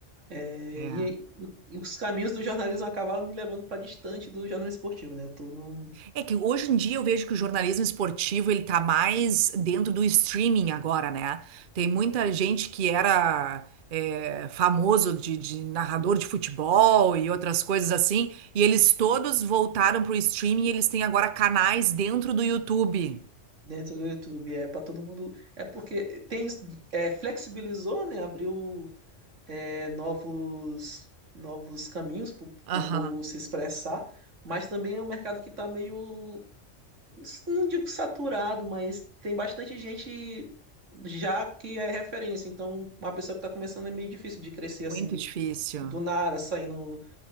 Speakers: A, on the right; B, on the right.
A: é,
B: É.
A: e, e os caminhos do jornalismo acabaram me levando para distante do jornalismo esportivo, né? Eu tô no,
B: É que hoje em dia eu vejo que o jornalismo esportivo ele tá mais dentro do streaming agora, né? Tem muita gente que era é, famoso de, de narrador de futebol e outras coisas assim, e eles todos voltaram pro streaming e eles têm agora canais dentro do YouTube.
A: dentro do YouTube, é para todo mundo, é porque tem isso, é, flexibilizou, né? Abriu é, novos novos caminhos para
B: Aham.
A: o povo se expressar, mas também é um mercado que está meio não digo saturado, mas tem bastante gente já que é referência. Então, uma pessoa que está começando é meio difícil de crescer assim,
B: Muito difícil.
A: do nada, saindo.